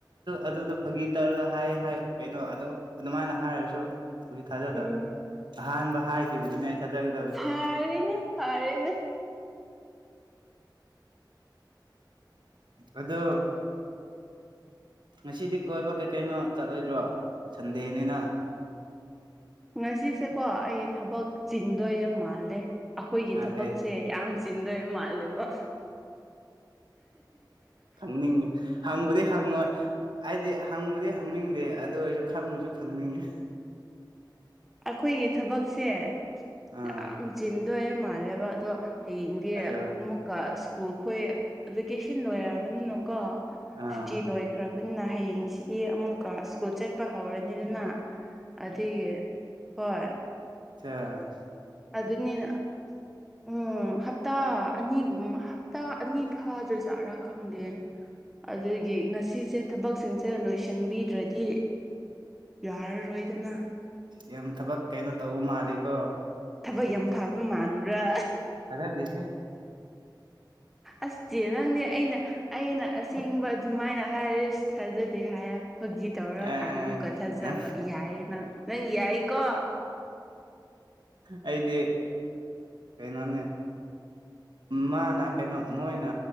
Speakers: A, on the right; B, in the centre.
A: ꯑꯗꯨꯗꯣ ꯐꯥꯒꯤ ꯇꯧꯔꯒ ꯍꯥꯏ ꯍꯥꯏ ꯀꯩꯅꯣ ꯑꯗꯨ ꯑꯗꯨꯃꯥꯏꯅ ꯍꯥꯏꯔꯁꯨ ꯑꯗꯨꯗꯤ ꯊꯥꯖꯗꯕꯅꯤ
B: ꯎꯝ
A: ꯑꯍꯥꯟꯕ ꯍꯥꯏꯈꯤꯕꯗꯨꯅꯦ ꯑꯩ ꯊꯥꯖꯒꯗꯕꯁꯦ
B: ꯐꯔꯦꯅꯦ ꯐꯔꯦꯅꯦ
A: ꯑꯗꯣ ꯉꯁꯤꯗꯤ ꯀꯣꯏꯕ ꯀꯩꯀꯩꯅꯣ ꯆꯠꯂꯣꯏꯗ꯭ꯔꯣ ꯁꯟꯗꯦꯅꯤꯅ
B: ꯉꯁꯤꯁꯦꯀꯣ ꯑꯩ ꯊꯕꯛ ꯆꯤꯟꯗꯣꯏ ꯃꯥꯜꯂꯦ ꯑꯩꯈꯣꯏꯒꯤ ꯊꯕꯛꯁꯦ
A: ꯀꯩ
B: ꯌꯥꯝ ꯆꯤꯟꯗꯣꯏ ꯃꯥꯜꯂꯦꯕ
A: ꯈꯪꯅꯤꯡꯉꯦ ꯍꯪꯕꯗꯤ ꯍꯪꯉꯣꯏ ꯑꯩꯗꯤ ꯍꯪꯕꯗꯤ ꯍꯪꯅꯤꯡꯗꯦ ꯑꯗꯨ ꯑꯣꯏꯔꯁꯨ ꯈꯪꯉꯁꯨ ꯈꯪꯅꯤꯡꯉꯦ
B: ꯑꯩꯈꯣꯏꯒꯤ ꯊꯕꯛꯁꯦ
A: ꯑꯥ
B: ꯌꯥꯝ ꯆꯤꯟꯗꯣꯏ ꯃꯥꯜꯂꯦꯕ ꯑꯗꯣ ꯍꯌꯦꯡꯗꯤ
A: ꯑꯗꯣ
B: ꯑꯃꯨꯛ ꯁ꯭ꯀꯨꯜ ꯈꯣꯏ ꯚꯦꯀꯦꯁꯟ ꯂꯣꯏꯔꯕꯅꯤꯅ ꯀꯣ
A: ꯑꯥ
B: ꯁꯨꯇꯤ ꯂꯣꯏꯈ꯭ꯔ ꯄꯨꯟꯅ ꯍꯌꯦꯡꯁꯤꯗꯤ ꯑꯃꯨꯛꯀ ꯁ꯭ꯀꯨꯜ ꯆꯠꯄ ꯍꯧꯔꯅꯤꯗꯅ ꯑꯗꯨꯒꯤ ꯍꯣꯏ
A: ꯆꯥ
B: ꯑꯗꯨꯅꯤꯅ ꯎꯝ ꯑꯣ ꯍꯞꯇꯥ ꯑꯅꯤꯒꯨꯝ ꯍꯞꯇꯥ ꯑꯅꯤ ꯐꯥꯗ꯭ꯔꯖꯥꯠꯔꯥ ꯈꯪꯗꯦ ꯑꯗꯨꯒꯤ ꯉꯁꯤꯁꯦ ꯊꯕꯛꯁꯤꯡꯁꯦ ꯂꯣꯏꯁꯤꯟꯕꯤꯗ꯭ꯔꯗꯤ ꯌꯥꯔꯔꯣꯏꯗꯅ
A: ꯌꯥꯝ ꯊꯕꯛ ꯀꯩꯅꯣ ꯇꯧꯕ ꯃꯥꯜꯂꯤꯀꯣ
B: ꯊꯕꯛ ꯌꯥꯝ ꯐꯕ ꯃꯥꯟꯕ꯭ꯔꯥ
A: ꯊꯥꯖꯗꯦꯍꯦ
B: ꯑꯁ <unintelligible> ꯅꯪꯅꯦ ꯑꯩꯅ ꯑꯩꯅ ꯑꯁꯦꯡꯕ ꯑꯗꯨꯃꯥꯏꯅ ꯍꯥꯏꯔꯁꯤ ꯊꯥꯖꯗꯦ ꯍꯥꯏꯔ ꯐꯥꯒꯤ ꯇꯧꯔꯀꯥꯟꯗ
A: ꯑ
B: ꯑꯃꯨꯛꯀꯥ ꯊꯥꯖꯕ
A: ꯅꯪ
B: ꯌꯥꯏꯌꯦ ꯅꯪ ꯅꯪ ꯌꯥꯏꯀꯣ
A: ꯑꯩꯗꯤ ꯀꯩꯅꯣꯅꯦ ꯃꯥꯅ ꯀꯩꯅꯣ ꯃꯣꯏꯅ